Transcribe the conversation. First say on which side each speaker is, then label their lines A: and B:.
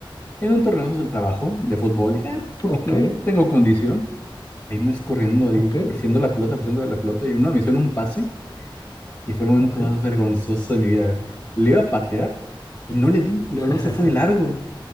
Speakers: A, on the left (about 35°); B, on the left (about 50°).
A: En un torneo de esos del trabajo de fútbol. Y dije, ah, pues, ¿por
B: Ok,
A: qué no? Tengo condición. Ahí me ves corriendo, ahí,
B: ok,
A: presionando la pelota, presionando la pelota. Y una misión, un pase. Y fue el momento
B: ok.
A: más vergonzoso de mi vida. Le iba a patear y no le di. El
B: <laughs>
A: balón se fue de largo.